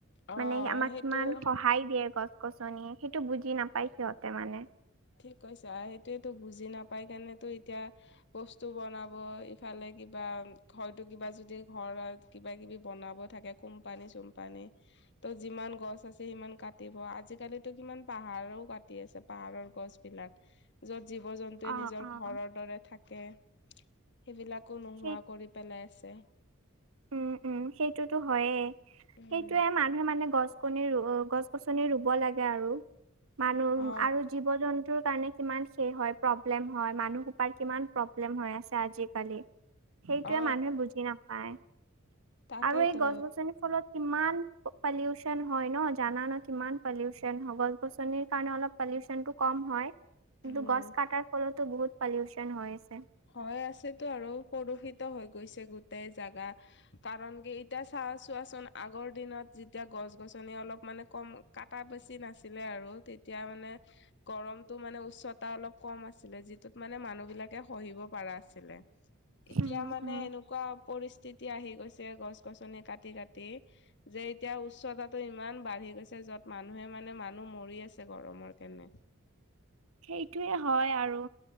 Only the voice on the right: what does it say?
মানে আমাক
কিমান সহায় দিয়ে গছ গছনিয়ে সেইটো বুজি নাপায় সিহঁতে মানে
অ',
অ'।
সেই
উম উম সেইটোতো হয়ে
সেইটোয়ে মান মানুহে মানে গছ কনি ৰু গছ গছনি ৰুব লাগে আৰু মানুহ
আৰু জীৱ জন্তুৰ কাৰণে কিমান শেষ হয় প্ৰব্লেম হয় মানুহ কাৰ কিমান প্ৰব্লেম হৈ আছে আজিকালি সেইটোৱেই
মানুহে বুজি নাপায়
আৰু এই গছ গছনিৰ ফলত কিমান পলিউচন হয় ন জানা ন কিমান পলিউশন হয় গছ গছনিৰ কাৰণে অলপ পলিউশন টো কম হয় কিন্তু
গছ কটাৰ ফলতো বহুত পলিউচন হৈ আছে
উম
উম
সেইটোৱে হয় আৰু